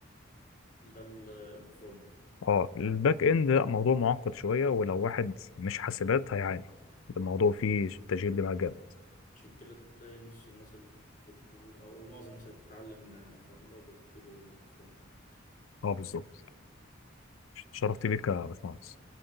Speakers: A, on the left (about 40°); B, on the left (about 80°).
A: ده ال- الفرونت
B: اه الباك إند لأ، موضوع معقد شوية ولو واحد مش حاسبات هيعاني الموضوع فيه تشغيل دماغ جامد
A: عشان كده تلاقي نص الناس اللي بتتعلم او معظم الناس اللي بتتعلم برمجه بيكتبوا فرونت
B: اه بالظبط شرفت بيك يا باشمهندس